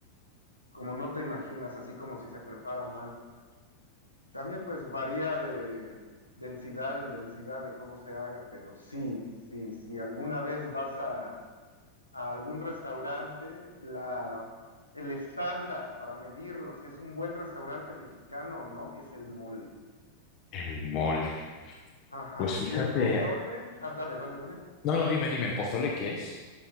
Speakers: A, on the left; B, on the left.
A: como no te imaginas, así como si se prepara mal. También pues varía de densidad en densidad de cómo se haga, pero sí, sí, si alguna vez vas a, a algún restaurante, la, el estándar para medirlo, si es un buen restaurante mexicano o no, es el mole.
B: El mole.
A: Ajá,
B: Pues fíjate.
A: y el pozole, ah, dale, dale, dale.
B: No, no, dime, dime, ¿el pozole qué es?